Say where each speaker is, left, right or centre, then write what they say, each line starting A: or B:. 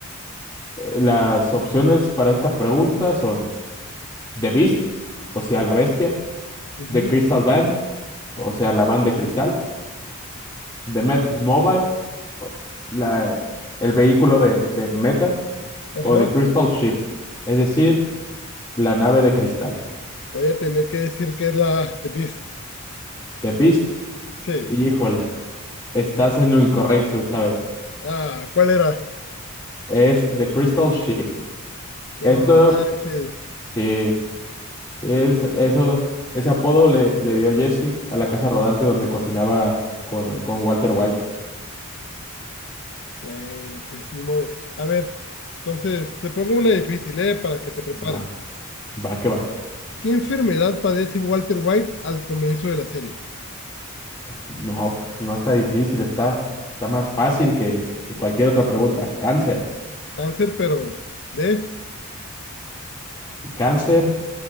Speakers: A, on the left; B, on the left.
A: eh, las opciones para esta pregunta son The Beast, o sea, la bestia,
B: Ujú,
A: The Crystal Van, o sea, la van de cristal, de Met Mobile, o la- el vehículo de, de Meta
B: Ajá.
A: o de Crystal Ship, es decir, la nave de cristal.
B: Voy a tener que decir que es la The Beast.
A: The Beast,
B: Sí.
A: híjole, estás en lo incorrecto esta vez.
B: Ah, ¿cuál era?
A: Es The Crystal Ship.
B: No
A: Esto,
B: manches.
A: sí, es, eso, ese apodo le, le dio Jesse a la casa rodante donde cocinaba con, con Walter White.
B: Bueno, pues ni modo. A ver, entonces te pongo una difícil, ¿eh? Para que te prepares.
A: Va, va que va.
B: ¿Qué enfermedad padece Walter White al comienzo de la serie?
A: No, pues, no está difícil, está, está más fácil que, que cualquier otra pregunta. Cáncer.
B: Cáncer, pero de.
A: Cáncer